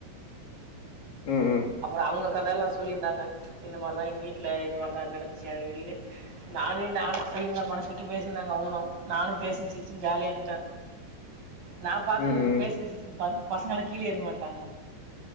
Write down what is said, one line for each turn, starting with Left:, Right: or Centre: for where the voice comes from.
Left: ம் ம்
Right: அப்றம அவங்க கதலா சொல்லிருந்தாங்க இந்த மாரிலா எங்க வீட்ல இந்த மாரி இந்த மாரி நடந்துச்சு அப்டினு இப்டினு நானு நானு சொல்லிருந்த மனசு விட்டு பேசிருந்தாங்க அவங்களு நானு பேசினு சிரிச் சினு ஜாலியா இருந்ட்ட நா பாத்து
Left: ம் ம் ம்
Right: பேசினு சிரிச்சினு பண் பசங்கல்லா கீழ எறங்கி வந்டாங்க